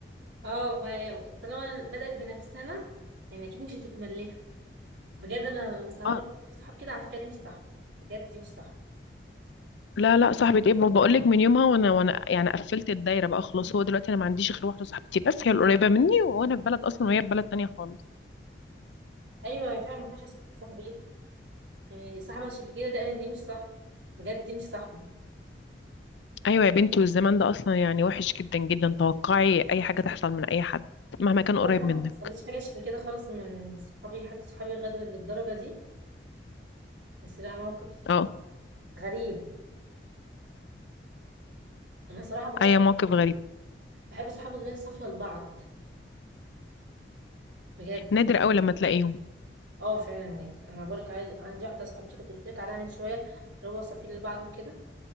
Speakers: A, on the right; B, on the left.
A: اه ما طالما بدأت بنفسنا يعني اكيد مش هتتملها بجد انا مستغربة
B: اه
A: إن في صحاب كده على فكرة دي مش صاحبة بجد دي مش صاحبة
B: لا لا صاحبة ايه بقول لك من يومها وانا وانا يعني قفلت الدايرة بقى خلاص هو دلوقتي انا ما عنديش غير واحدة صاحبتي بس هي القريبة مني وانا في بلد اصلا وهي في بلد تانية خالص
A: ايوه فعلا ما ينفعش أسيب صاحبي يعني صاحبة شكل كده ده دي مش صاحبة بجد دي مش صاحبة
B: ايوه يا بنتي والزمان ده اصلا يعني وحش جدا جدا توقعي اي حاجة تحصل من اي حد مهما كان
A: بصراحة
B: قريب
A: ما
B: منك
A: حصلتش حاجة شكل كده خالص من صحابي حد صحابي غدر للدرجة دي بس لا موقف
B: اه
A: غريب انا صراحة بحب
B: اي موقف غريب
A: بحب الصحاب اللي هي صافية لبعض بجد
B: نادر قوي لما تلاقيهم
A: اه فعلا نيت انا بقولك عايز عندي واحدة صاحبتي كنت قلت لك عليها من شوية اللي هو صافي لبعض وكده